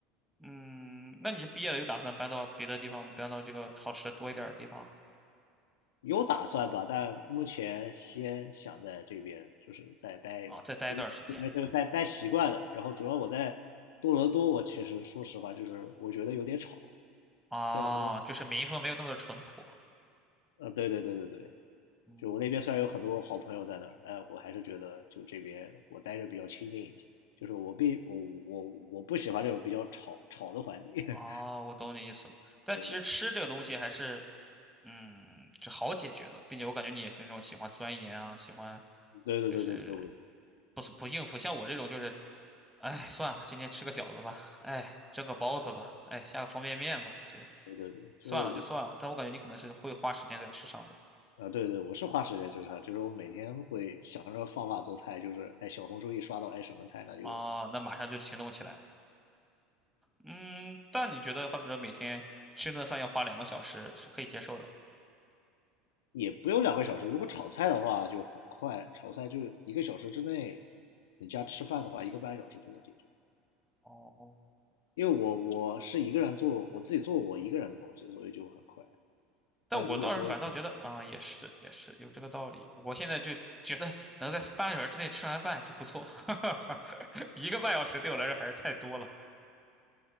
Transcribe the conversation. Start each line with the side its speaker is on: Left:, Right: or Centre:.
Centre: 嗯，那你是毕业了，又打算搬到别的地方，搬到这个好吃的多一点儿的地方
Left: 有打算吧，但目前先想在这边就是再待一待，
Centre: 啊，再待一段时间。
Left: 这边就待待习惯了。然后主要我在多伦多，我其实说实话就是我觉得有点吵，
Centre: 啊？
Left: 虽然
Centre: 就是民风没有那么的淳朴。
Left: 呃，对对对对对，
Centre: 嗯，
Left: 就我那边虽然有很多好朋友在那儿，但我还是觉得就这边我待着比较清静一些。就是我必，我我我不喜欢这种比较吵吵的环境。<laughs>
Centre: 哦，我懂你意思了。但其实吃这个东西还是，
Left: 对对
Centre: 嗯，就好解决的，并且我感觉你也是那种喜欢钻研啊，喜欢
Left: 对对对对对，
Centre: 就是
Left: 我
Centre: 不是不应付，像我这种就是，哎，算了，今天吃个饺子吧，哎，蒸个包子吧，哎，下个方便面吧，就
Left: 对对对，就是我
Centre: 算了就算了。但我感觉你可能是会花时间在吃上的。
Left: 啊，对对，我是花时间吃它，就是我每天会想着方法做菜，就是哎小红书一刷到哎什么菜，那就
Centre: 哦，那马上就行动起来。嗯，但你觉得，好比说每天吃顿饭要花两个小时，是可以接受的。
Left: 也不用两个小时。如果炒菜的话就很快，炒菜就是一个小时之内，你家吃饭的话一个半小时就能解决。
Centre: 哦，
Left: 因为我我是一个人做，我自己做我一个人的东西，所以就很快。
Centre: 但我倒是反倒觉得啊，
Left: 但如果说，
Centre: 也是也是有这个道理。我现在就觉得能在半个小时之内吃完饭就不错，<laughs> 一个半小时对我来说还是太多了。